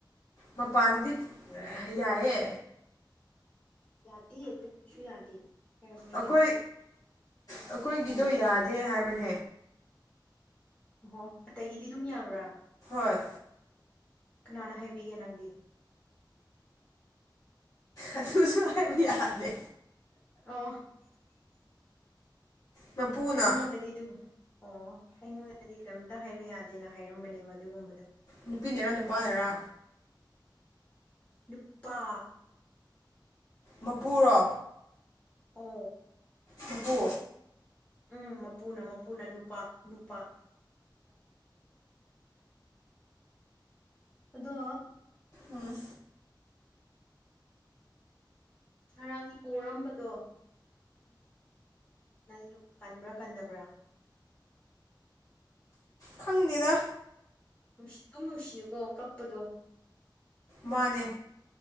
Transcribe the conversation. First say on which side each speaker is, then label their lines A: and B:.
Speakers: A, on the left; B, on the left.
A: ꯃꯄꯥꯟꯗꯗꯤ ꯌꯥꯏꯌꯦ
B: ꯌꯥꯗꯦ ꯃꯅꯨꯡꯗꯁꯨ ꯌꯥꯗꯦ ꯍꯩꯔꯝꯕꯅꯦ
A: ꯑꯩꯈꯣꯏ ꯑꯩꯈꯣꯏꯒꯤꯗꯣ ꯌꯥꯗꯦ ꯍꯥꯏꯕꯅꯦ
B: ꯑꯣꯍꯣ ꯑꯇꯩꯒꯤꯗꯤ ꯑꯗꯨꯝ ꯌꯥꯕ꯭ꯔꯥ
A: ꯍꯣꯏ
B: ꯀꯅꯥꯅ ꯍꯥꯏꯕꯤꯒꯦ ꯅꯪꯗꯤ
A: ꯑꯗꯨꯁꯨ ꯍꯥꯏꯕ ꯌꯥꯗꯦ
B: ꯑꯣ
A: ꯃꯄꯨꯅ
B: ꯑꯩꯉꯣꯟꯗꯗꯤ ꯑꯗꯨꯕꯨ ꯑꯣ ꯑꯩꯉꯣꯟꯗꯗꯤ ꯀꯦꯝꯇ ꯍꯥꯏꯕ ꯌꯥꯗꯦꯅ ꯍꯥꯏꯔꯝꯕꯅꯦꯕ ꯑꯗꯨꯒꯨꯝꯕꯗꯣ
A: ꯅꯨꯄꯤꯅꯔ ꯅꯨꯄꯥꯅꯔꯥ
B: ꯅꯨꯞꯄꯥ
A: ꯃꯄꯨꯔꯣ
B: ꯍꯣ
A: ꯃꯄꯨ
B: ꯎꯝ ꯃꯄꯨꯅ ꯃꯄꯨꯅ ꯅꯨꯄꯥ ꯅꯨꯄꯥ ꯑꯗꯣ
A: ꯎꯝ
B: ꯉꯔꯥꯡꯒꯤ ꯄꯣꯔꯝꯕꯗꯣ ꯅꯪꯗꯨ ꯀꯟꯕ꯭ꯔꯥ ꯀꯟꯗꯕ꯭ꯔꯥ
A: ꯈꯪꯗꯦꯗ
B: ꯅꯨꯡꯁꯤ ꯑꯗꯨꯝ ꯅꯨꯡꯁꯤꯌꯨꯀꯣ ꯀꯞꯄꯗꯣ
A: ꯃꯥꯅꯦ